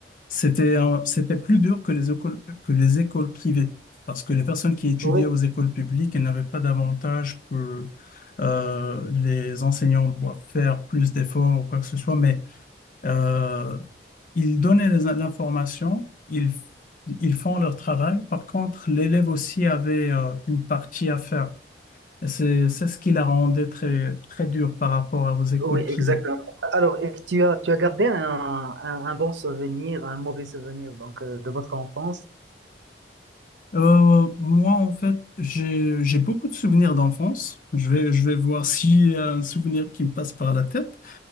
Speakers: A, on the left; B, on the right.
A: c'était, un- c'était plus dur que les écoles, que les écoles privées parce que les personnes qui étudiaient
B: Oui,
A: aux écoles publiques, elles n'avaient pas d'avantage que euh, les enseignants doivent faire plus d'efforts ou quoi que ce soit, mais euh, ils donnaient les in- l'information, ils, ils font leur travail. Par contre, l'élève aussi avait euh, une partie à faire. Et c'est, c'est ce qui la rendait très, très dure par rapport aux écoles
B: oui,
A: privées.
B: exactement. Alors, et tu as, tu as gardé un, un, un bon souvenir, un mauvais souvenir donc euh, de votre enfance?
A: Euh, moi, en fait, j'ai, j'ai beaucoup de souvenirs d'enfance. Je vais, je vais voir s'il y a un souvenir qui me passe par la tête.